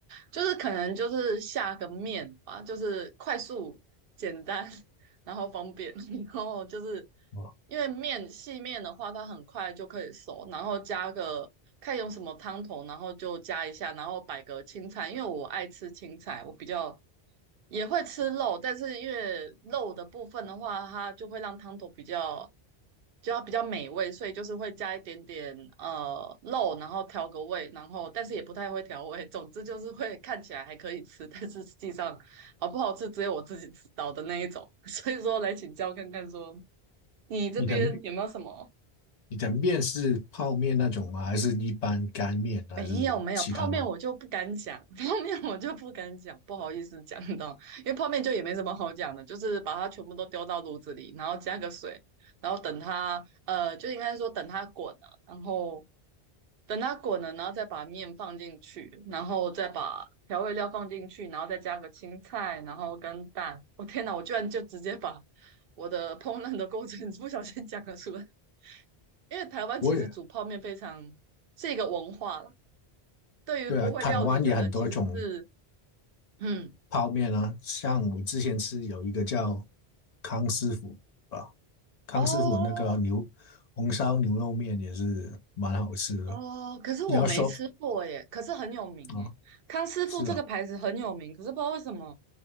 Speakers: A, on the right; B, on the left.
A: 就是可能就是下个面吧，就是快速简单，然后方便，<laughs> 然后就是
B: 哦，
A: 因为面细面的话，它很快就可以熟，然后加个看用什么汤头，然后就加一下，然后摆个青菜，因为我爱吃青菜，我比较也会吃肉，但是因为肉的部分的话，它就会让汤头比较。就要比较美味，所以就是会加一点点呃肉，然后调个味，然后但是也不太会调味。总之就是会看起来还可以吃，但是实际上好不好吃只有我自己知道的那一种。<laughs> 所以说来请教看看说，你这边有没有什么
B: 你的面你的面是泡面那种吗？还是一般干面，还是其他吗？
A: 没有没有，泡面我就不敢讲，<laughs> 泡面我就不敢讲，不好意思讲到，因为泡面就也没什么好讲的，就是把它全部都丢到炉子里，然后加个水，然后等它，呃，就应该说等它滚了，然后等它滚了，然后再把面放进去，然后再把调味料放进去，然后再加个青菜，然后跟蛋。我、天哪，我居然就直接把我的烹饪的过程 <laughs> 不小心讲了出来，因为台湾其实煮泡面非常。
B: 我也
A: 是一个文化啦，对于不会料理的人，
B: 对啊，台湾也很多种
A: 其实是，嗯，
B: 泡面啊，像我之前吃有一个叫康师傅啊，康师傅那个牛红烧牛肉面也是蛮好吃的。
A: 哦哦，可是我没吃过耶，
B: 你要说
A: 可是很有名耶，
B: 啊，
A: 康师傅这个牌子很有名，
B: 是啊，
A: 可是不知道为什么